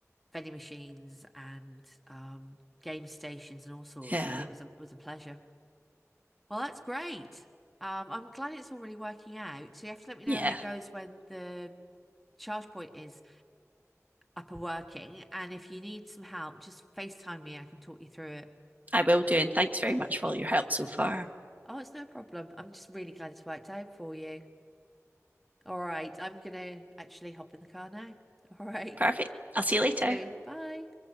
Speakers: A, in the centre; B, on the right.
A: vending machines and um, game stations and all sorts.
B: yeah,
A: I mean it was a it was a pleasure. Well, that's great. Um, I'm glad it's already working out. So you have to let me know
B: yeah.
A: how it goes when the charge point is up and working. And if you need some help, just FaceTime me. I can talk you through it.
B: I will do. And thanks very much for all your help so far.
A: Oh, it's no problem. I'm just really glad it's worked out for you. All right. I'm gonna actually hop in the car now. All right.
B: Perfect. I'll see you later.
A: See you soon. Bye.